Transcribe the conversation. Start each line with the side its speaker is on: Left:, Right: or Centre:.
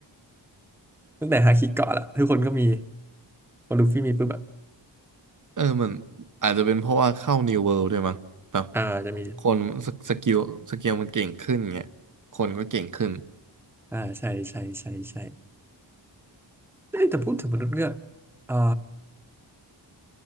Centre: ตั้งแต่ฮาคิเกาะละทุกคนก็มีพอลูฟี่มีปุ๊บแบบ
Right: เออมันอาจจะเป็นเพราะว่าเข้า New World ด้วยมั้งแบบ
Centre: อ่าจะมี
Right: คนสสกิลสกิลมันเก่งขึ้นเงี้ยคนก็เก่งขึ้น
Centre: อ่าใช่ใช่ใช่ใช่เอ้ยแต่พูดถึงมนุษย์เงือกอ่า